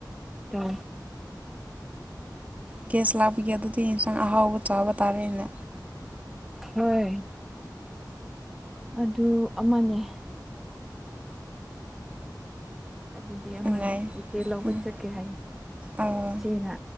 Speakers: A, in the centre; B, on the right (about 20°).
A: ꯇ
B: ꯒꯦꯁ ꯂꯥꯛꯄꯒꯤ ꯑꯗꯨꯗꯤ ꯌꯦꯟꯁꯥꯡ ꯑꯍꯥꯎꯕ ꯆꯥꯕ ꯇꯥꯔꯦꯅꯦ꯫
A: ꯍꯣꯏ ꯑꯗꯨ ꯑꯃꯅꯦ ꯑꯗꯨꯗꯤ ꯑꯃꯅꯤ
B: ꯅꯨꯡꯉꯥꯏ
A: ꯏꯆꯦ ꯂꯧꯕ
B: ꯎꯝ
A: ꯆꯠꯀꯦ ꯍꯥꯏꯌꯦ
B: ꯑꯧ
A: ꯏꯆꯦꯅ